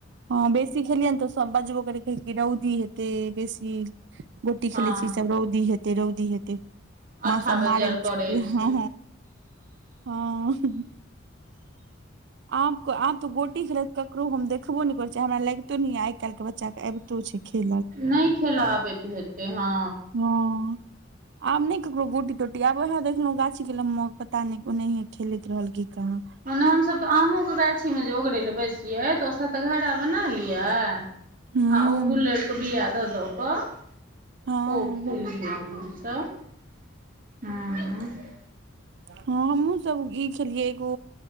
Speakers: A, on the right; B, on the right.
A: हँ बेसी खेलिय न तऽ सब बजबो करय कदय कि रौदी हते बेसी गोटी
B: हँ
A: खेलै छी सब रौदी हेतै रौदी हेतै
B: अठाबज
A: मा सब मार
B: आर
A: ल
B: करै
A: छुटै
B: छै
A: ह हँ आब आप तो गोटी खेलात ककरो हम देखबो ने करैत छी हमरा लगितो ने य आइ काल्ह के बच्चा आबित तुऽ शिखे
B: नहि खेलऽ आबैत हेतै हँ
A: हँ <unintelligible> <inaudible> आब नहि ककरो गोटी तोटी आब वएह देखलहुँ गाछी कलम पता नहि ओनाहिये खेलैत रहल की कहाँ
B: मने हमसभ तऽ आमोके गाछीमे जे ओगरै ल बैसियै तऽ ओ सतघारा बना लियअ आ
A: हूँ
B: ओ गुलड़ क बिया द द क
A: हँ
B: खुब सब ह
A: हँ हमहूँ सब ई खेलियै एगो